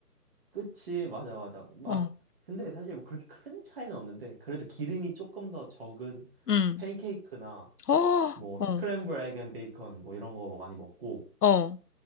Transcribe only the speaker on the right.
그치 맞아 맞아 막
근데 사실 뭐 그렇게 큰 차이는 없는데 그래도 기름이 조금 더 적은
팬케이크나
뭐
스크램블 에그 앤 베이컨 뭐 이런 거 많이 먹고